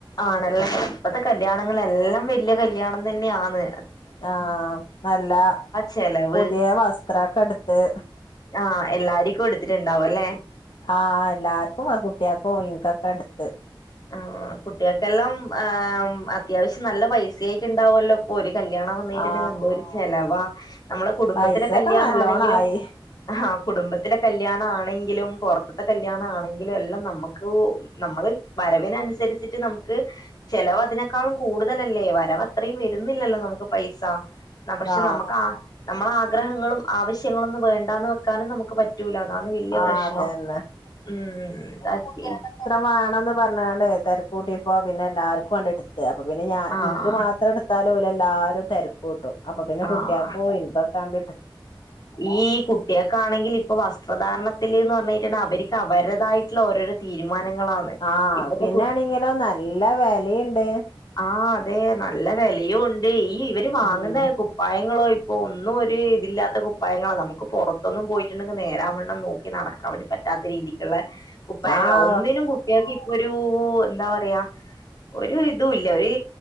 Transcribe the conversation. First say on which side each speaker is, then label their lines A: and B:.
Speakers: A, on the left; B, on the left.
A: ആണല്ലെ ഇപ്പത്തെ കല്യാണങ്ങളെല്ലാം വെല്യ കല്യാണം തന്നെആന്ന്
B: ആ നല്ല
A: ചെലവ്
B: പുതിയ വസ്ത്രൊക്കെ എടുത്ത്
A: ആഹ് എല്ലാര്ക്കും എടുത്തിട്ടുണ്ടാവും അല്ലേ
B: ആ എല്ലാർക്കും ആ കുട്ടിയെക്കും ഇൻക്കൊക്കെ എടുത്ത് <inaudible>
A: ആഹ് കുട്ടികൾക്കെല്ലാം ആം അത്യാവശ്യം നല്ല പൈസയായിട്ട്ണ്ടാവല്ലോ ഇപ്പൊ ഒരു കല്യാണം വന്നിട്ടുണ്ടെങ്കി
B: ആ
A: എന്തൊരു ചെലവാ നമ്മളെ കുടുംബത്തിലെ
B: പൈസൊക്കെ
A: കല്യാണാ
B: നല്ലോണായി
A: ആണെങ്കിലും ആ കുടുംബത്തിലെ കല്യാണ ആണെങ്കിലും പുറത്തത്തെ കല്യാണ ആണെങ്കിലും എല്ലാം നമ്മക്കു നമ്മള് വരവിനനുസരിച്ചിട്ട് നമുക്ക് ചെലവ് അതിനേക്കാളും കൂടുതലല്ലേ വരവ്ത്രയും വരുന്നില്ലല്ലോ നമുക്ക് പൈസ പക്ഷെ
B: ആ
A: നമുക്കാ നമ്മളാ ആഗ്രഹങ്ങളും ആവശ്യങ്ങളൊന്നും വേണ്ടാന്ന് വെക്കാനും നമുക്ക് പ റ്റുല അതാന്ന് വല്യ
B: ആ
A: പ്രശ്നം
B: അതന്നെ
A: ഉം <unintelligible>
B: വേണന്ന് പറഞ്ഞണ്ടേ തിരക്കൂട്ടി ഇപ്പോ പിന്നെ എല്ലാർക്കും വേണ്ടി എടുത്ത് അപ്പൊ പിന്നെ ഞാ
A: ആഹ്
B: എനിക്ക് മാത്രം എത്ര എടുത്താലും ഇവര് എല്ലാരും തിരക്ക് കുട്ടും അപ്പൊ പിന്നെ
A: ആഹ്
B: കുട്ടിയാക്ക് പോയി ഇനക്കൊക്കാണ്ട
A: ഈ കു കുട്ട്യകണെങ്കിൽ ഇപ്പം വസ്ത്രധാരണത്തില് എന്ന് പറഞ്ഞ കഴിഞ്ഞാൽ അവർക്ക് അവരുേതായിട്ടുള്ള ഓരോരോ തീരുമാനങ്ങളാണ്
B: ആ
A: ഇപ്പത്തെ
B: പിന്നാണെങ്കിലോ നല്ല വിലയുണ്ട്
A: ആ അതെ നല്ല വിലയു ഉണ്ട് ഈ ഇവര് വാങ്ങുന്ന
B: ഉം
A: കുപ്പായങ്ങളോ ഇപ്പോ ഒന്നും ഒരു ഇതില്ലാത്ത കുപ്പായങ്ങള നമുക്ക് പുറത്തൊന്നും പോയിട്ടുണ്ടെങ്കിൽ നേരാ വണം നോക്കി നടാകാൻ വേണ്ടി പറ്റാത്ത രീതിക്കുള്ള കുപ്പായങ്ങളാ
B: ആഹ്
A: ഒന്നിനും കു ട്യക്ക് ഇപ്പൊ ഒരു എന്താ പറയാ ഒരു ഇതു ഇല്ല ഒരി